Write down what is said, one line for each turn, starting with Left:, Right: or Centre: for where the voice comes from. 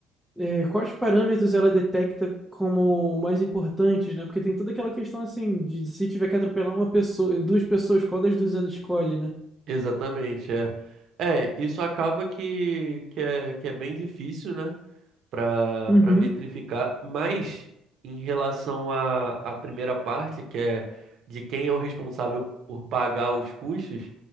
Centre: é, quais parâmetros ela detecta como mais importantes, né? Porque tem toda aquela questão assim de, de se tiver que atropelar uma pessoa, duas pessoas, qual das duas ela escolhe, né?
Right: exatamente, é. É, isso acaba que, que é, que é bem difícil, né? para
Centre: Uhum.
Right: para metrificar, mas em relação à, à primeira parte, que é de quem é o responsável por pagar os custos,